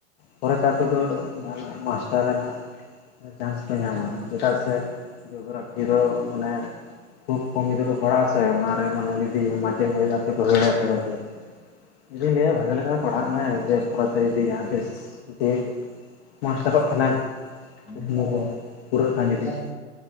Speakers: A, on the left; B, in the centre.
A: ᱯᱚᱨᱮᱛᱮ ᱟᱯᱮ ᱫᱚ ᱢᱟᱥᱴᱟᱨ ᱨᱮᱱᱟᱜ ᱪᱟᱱᱥ ᱯᱮ ᱧᱟᱢᱟ ᱪᱮᱫᱟᱜ ᱥᱮ ᱡᱳᱜᱨᱟᱯᱷᱤ ᱫᱚ ᱢᱟᱱᱮ ᱠᱷᱩᱵ ᱠᱚᱢᱤ ᱜᱤᱫᱽᱨᱟᱹ ᱠᱚ ᱯᱟᱲᱟᱜᱼᱟ ᱥᱮ ᱚᱱᱟᱨᱮ ᱢᱟᱱᱮ ᱢᱤᱫᱫᱤᱱ ᱢᱟᱪᱮᱫ <unintelligible> ᱦᱩᱭ ᱫᱟᱲᱮᱭᱟᱜ-ᱟ ᱯᱚᱨᱮ ᱛᱮ ᱤᱧ ᱫᱩᱧ ᱞᱟᱹᱭᱟ ᱵᱷᱟᱜᱮ ᱞᱮᱠᱟ ᱯᱟᱲᱦᱟᱜ ᱢᱮ ᱡᱮ ᱯᱚᱨᱮᱛᱮ ᱡᱩᱫᱤ ᱡᱟᱦᱟᱸ ᱛᱤᱥ ᱡᱩᱫᱤ ᱢᱟᱥᱴᱟᱨᱚᱜ ᱠᱷᱟᱱᱮᱢ
B: ᱦᱩᱸ
A: ᱠᱩᱠᱢᱩ
B: ᱦᱳᱭ
A: ᱠᱚ ᱯᱩᱨᱟᱹᱜ ᱠᱟᱱ ᱡᱩᱫᱤ
B: ᱦᱳᱭ